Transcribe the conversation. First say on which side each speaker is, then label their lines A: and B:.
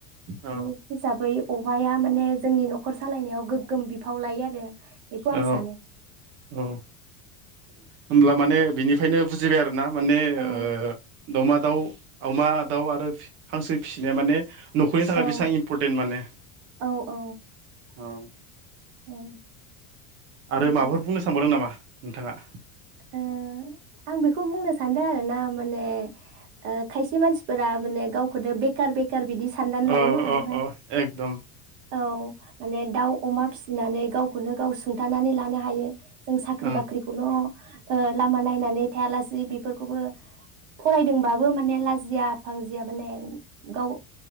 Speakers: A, on the right; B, on the right.
A: औ
B: बे हिसाब बै अमाया माने जोंनि न'खर सालायनायाव गोग्गोम बिफाव लायो आरो बेखौ आं
A: औ
B: सानो
A: औ होनब्ला माने बिनिफ्रायनो बुजिबाय आरो ना माने
B: औ
A: ओ दउमा दाउ अमा दाउ आरो हांसो फिसिनाया माने न'खरनि थाखाय
B: औ
A: बेसेबां इम्परटेन्ट माने
B: औ औ
A: औ
B: औ
A: आरो
B: माने
A: माबाफोर बुंनो सानबावदों नामा? नोंथाङा
B: ओ आं बेखौ बुंनो सानदों आरो ना माने ओ खायसे मानसिफोरा माने गावखौनो बेखार बेखार खार बिदि साननानै लायोना
A: औ
B: ओमफ्राय
A: औ औ एकदम
B: औ माने दाउ अमा फि नानै गावखौनो गाव सुंथानानै लानो हायो जों साख्रि
A: ओं
B: बाख्रिखौल' ओ लामा नायनानै थायालासे बेफोरखौबो फरायदोंबाबो माने लाजिया फांजिया माने गाव